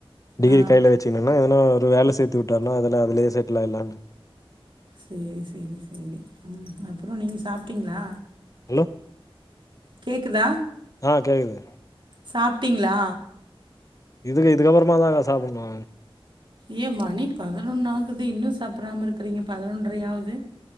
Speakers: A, on the left; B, on the right.
A: டிகிரி
B: ஆ
A: கைல வச்சுங்கணன்னா எதனா ஒரு வேல சேத்து வுட்டாருனா அதெல்ல அதுலயே செட்டில் ஆயலானு
B: சேரி சேரி சேரி ம் அப்புறோ நீங்க சாப்டீங்களா
A: அலோ
B: கேக்குதா
A: ஆ கேக்குது
B: சாப்டீங்களா
A: இதுக்கு இதுக்கப்பறமா தாங்க சாப்பிணு
B: ஏ மணி பதினொன்னு ஆகுது இன்னு சாப்பிராம இருக்கீறீங்க பதினொன்றையாவுது